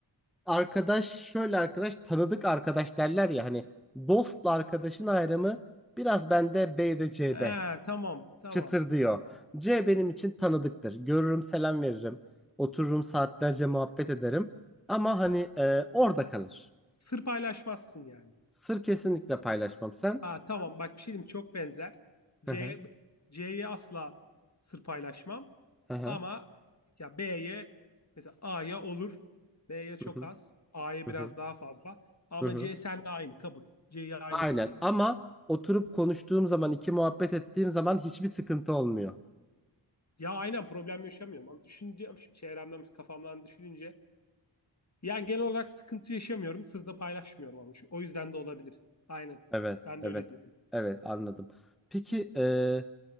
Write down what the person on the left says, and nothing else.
Ha, tamam tamam.
Sır paylaşmazsın yani.
Aa, tamam bak bir şey diyeyim çok benzer. C
C'ye asla sır paylaşmam.
Ama ya B'ye mesela A'ya olur. B'ye çok
az. A'ya biraz
daha fazla. Ama
C seninle aynı kabul. C'ye aynı
diyorum abi.
Ya aynen problem yaşamıyorum ama düşüneceğim şimdi çevremden kafamdan düşününce yani genel olarak sıkıntı yaşamıyorum. Sırda paylaşmıyorum ama şu- o yüzden de olabilir. Aynen.
Ben
de öyle diyorum.